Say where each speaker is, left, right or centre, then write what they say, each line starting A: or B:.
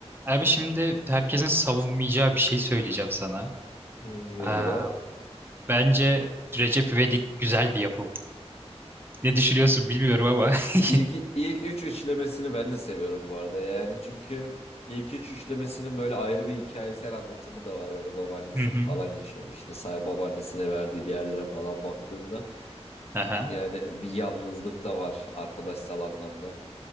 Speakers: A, on the right; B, on the left.
A: Abi şimdi herkesin savunmayacağı bir şey söyleyeceğim sana.
B: Hmm, nedir
A: Ee,
B: o?
A: bence Recep İvedik güzel bir yapım. Ne düşünüyorsun bilmiyorum ama. <laughs>
B: İlk, ilk üç üçlemesini ben de seviyorum bu arada yani çünkü ilk üç üçlemesinin böyle ayrı bir hikayesel anlatımı da var böyle babaannesinin
A: Hı hı.
B: falan yaşamıştı işte say babaannesine verdiği diğerlere falan baktığında
A: Aha.
B: yani bir yalnızlık da var arkadaşsal anlamda.